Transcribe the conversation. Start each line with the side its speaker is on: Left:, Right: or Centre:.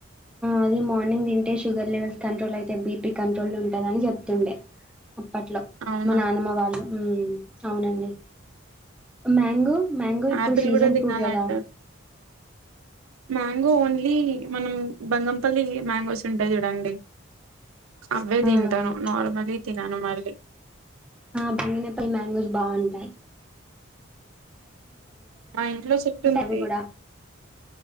Centre: అది మార్నింగ్ తింటే షుగర్ లెవెల్స్ కంట్రోల్ అయితే బీపీ కంట్రోల్ ఉంటుందని చెప్తుండే అప్పట్లో
Right: అవునా
Centre: మా నానమ్మ వాళ్ళు హూ అవునండి మ్యాంగో మ్యాంగో ఇప్పుడు
Right: ఆపిల్
Centre: సీజన్
Right: కూడా తినాలంటారు
Centre: ఫ్రూట్ కదా
Right: మ్యాంగో ఓన్లీ మనం బంగంపల్లి మ్యాంగోస్ ఉంటాయి చూడండి అవే
Centre: ఆ!
Right: తింటాను నార్మల్లీ తినను మళ్ళీ
Centre: ఆ బంగిని పల్లి మ్యాంగోస్ బావుంటాయి.
Right: మా ఇంట్లో చెట్టు ఉంది.
Centre: అవి కూడా